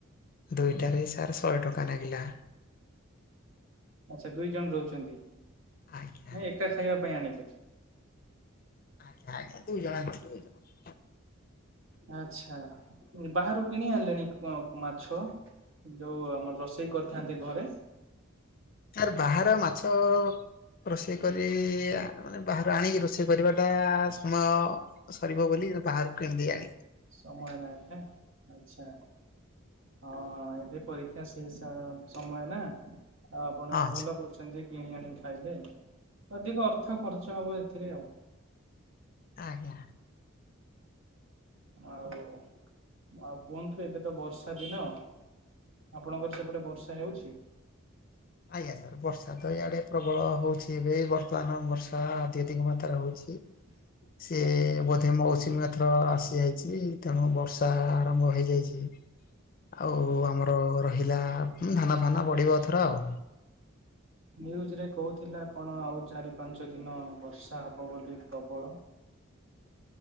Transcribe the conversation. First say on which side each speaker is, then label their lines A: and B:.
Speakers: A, on the left; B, on the right.
A: ଦୁଇଟାରେ ସାର୍ ଶହେ ଟଙ୍କା ନାଗିଲା।
B: ଆଚ୍ଛା ଦୁଇ ଜଣ ରହୁଛନ୍ତି
A: ଆଜ୍ଞା
B: ନାଁ ଏକା ଖାଇବା ପାଇଁ ଆଣିଲେ?
A: ଆଜ୍ଞା ଆଜ୍ଞା ଦୁଇ ଜଣ <unintelligible>
B: ଆଛା ବାହାରୁ କିଣି ଆଣିଲେଣି ମାଛ। ଯୋଉ ଆମର ରୋଷେଇ କରିଥାନ୍ତେ ଘରେ।
A: ସାର୍ ବାହାର ମାଛ ଅ ରୋଷେଇ କରି ଆ ମାନେ ବାହାରୁ ଆଣିକି ରୋଷେଇ କରିବାଟା ସମ୍ଭବ ସରିବ ବୋଲି ବାହାରୁ କିଣିଦେଇ ଆଣିଲୁ।
B: ସମୟ ନାଇଁ ନା। ଆଛା ହଁ ହଁ ଏବେ ପରୀକ୍ଷା ସେ ସ ସମୟ ନା। ଆଉ ଆପଣ
A: ହଁ
B: ବି
A: ଆଚ୍ଛା
B: ଭଲ କରୁଛନ୍ତି କିଣି ଆଣିି ଖାଇଲେ ଅଧିକ ଅର୍ଥ ଖର୍ଚ୍ଚ ହବ ଏଥିରେ ଆଉ।
A: ଆଜ୍ଞା।
B: ଆଉ ଆଉ କୁହନ୍ତୁ ଏବେ ତ ବର୍ଷା ଦିନ। ଆପଣଙ୍କର ସେପଟେ ବର୍ଷା ହେଉଛି?
A: ଆଜ୍ଞା ସାର୍ ବର୍ଷା ତ ଇଆଡେ ପ୍ରବଳ ହଉଛି ଏବେ ବର୍ତ୍ତମାନ ବର୍ଷା ଅଧି ଅଧିକ ମାତ୍ରାରେ ହଉଛି।
B: <inaudible>
A: ସେ ବୋଧେ ମୌସୁମୀ ଆ ଥର ଆସିଯାଇଚି ତେଣୁ ବର୍ଷା ଆରମ୍ଭ ହେଇଯାଇଚି। ଆଉ
B: ହୁଁ
A: ଆମର ରହିଲା ହୁଁ ଧାନ ଫାନ ବଢିବ ଏଥର ଆଉ।
B: ନ୍ୟୁଜରେ କହୁଥିଲା କଣ ଆଉ ଚାରି ପାଞ୍ଚ ଦିନ ବର୍ଷା ହବ ବୋଲି ପ୍ରବଳ।